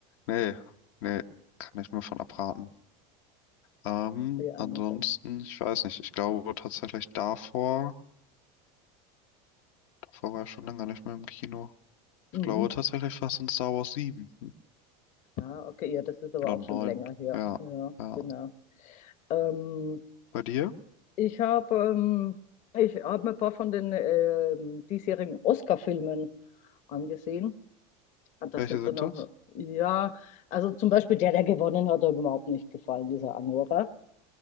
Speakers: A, on the left; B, on the left.
A: Nee, nee, kann ich nur von abraten. Ähm,
B: Sehr
A: ansonsten,
B: amüsant.
A: ich weiß nicht, ich glaube tatsächlich davor, davor war ich schon lange nicht mehr im Kino.
B: Mhm.
A: Ich glaube tatsächlich fast in Star Wars 7
B: Ah, okay, ja, das ist aber
A: oder
B: auch
A: 9.
B: schon länger her.
A: Ja,
B: Ja,
A: ja.
B: genau. Ähm,
A: Bei dir?
B: ich habe ähm, ich hab mir ein paar von den ähm, diesjährigen Oscar-Filmen angesehen. Ah, Das
A: Welche
B: sind
A: sind
B: dann auch,
A: das?
B: ja, also zum Beispiel der, der gewonnen hat, hat mir überhaupt nicht gefallen, dieser Anora.